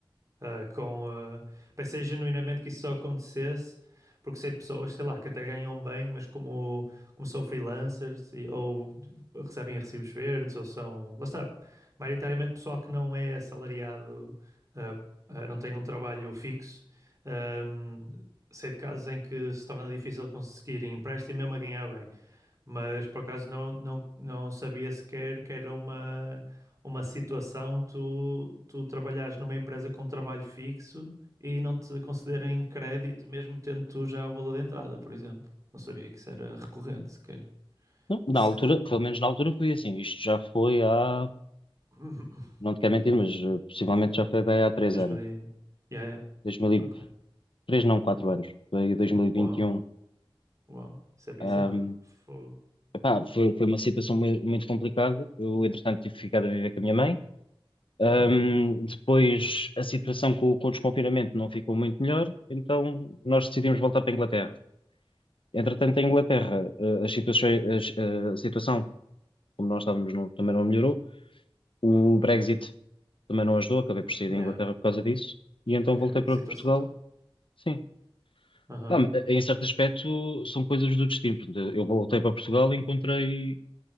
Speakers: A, on the right; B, on the left.
A: Ah, com, ah, pensei genuinamente que isso só acontecesse porque sei de pessoas, sei lá, que até ganham bem, mas como, como são freelancers e- ou d- recebem recibos verdes ou são, lá está, maioritariamente pessoal que não é assalariado, ah, ah, não tem um trabalho fixo. ahm, sei de casos em que se torna difícil conseguir empréstimo mesmo a ganhar bem. Mas por acaso não, não, não sabia sequer que era uma, uma situação tu, tu trabalhares numa empresa com trabalho fixo e não te concederem crédito, mesmo tendo tu já o valor da entrada, por exemplo. Não sabia que isso era recorrente sequer.
B: Não, na
A: Que cena.
B: altura, pelo menos na altura foi assim. Isto já foi há,
A: <laughs>
B: não te quero mentir, mas eh, possivelmente já foi bem há
A: <clears throat>
B: três
A: Deixa-me
B: anos.
A: de... Yeah, yeah.
B: 2003,
A: Ok.
B: não, quatro anos. Foi 2021.
A: Uau, uau. Isso é bizarro.
B: Ahm,
A: Fogo.
B: epá, foi, foi uma situação mui- muito, complicada. Eu, entretanto, tive que ficar a viver com a minha mãe. Ahm,
A: Uhum.
B: depois, a situação com, o com o desconfinamento não ficou muito melhor, então nós decidimos voltar para a Inglaterra. Entretanto, em Inglaterra, eh, as situações- as- eh, a situação, como nós estávamos, não- também não melhorou. O Brexit. também não ajudou, acabei por sair da
A: Yeah.
B: Inglaterra por causa disso, e então
A: Pior
B: voltei
A: a
B: para
A: situação
B: Portugal.
A: toda.
B: Sim.
A: Aham.
B: Pá, em certo aspecto, são coisas do destino. Portanto, Eu voltei para Portugal e encontrei